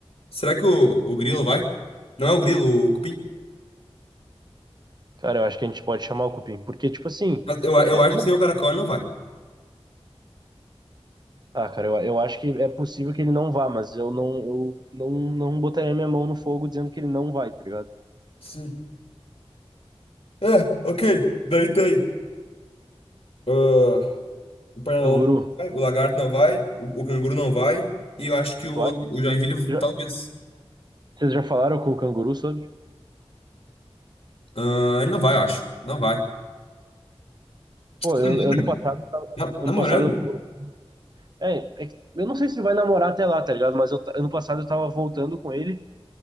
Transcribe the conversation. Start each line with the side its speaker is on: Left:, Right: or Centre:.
Left: Será que o, o Grilo vai? Não é o Grilo, o Cupim?
Right: Cara, eu acho que a gente pode chamar o Cupim, porque, tipo assim,
Left: Mas Eu, eu
Right: é-
Left: acho que se o Caracol ele não vai.
Right: ah, cara, eu, eu acho que é possível que ele não vá, mas eu não, eu não, não botaria minha mão no fogo dizendo que ele não vai, tá ligado?
Left: Sim. É, ok. Daí tem. ah, o Pernalonga
Right: Canguru.
Left: não vai, o Lagarto não vai, o, o Canguru não vai. E eu acho que o
Right: Tu
Left: outro,
Right: acha?
Left: o Joinville,
Right: Já-
Left: talvez.
Right: Vocês já falaram com o canguru sobre?
Left: Ah, ele não vai, eu acho. Não vai.
Right: Pô,
Left: Namora,
Right: eu, eu ano
Left: meu.
Right: passado,
Left: Na-
Right: ano
Left: Namorando.
Right: passado eu, é, é que eu não sei se ele vai namorar até lá, tá ligado? Mas eu ta- ano passado eu tava voltando com ele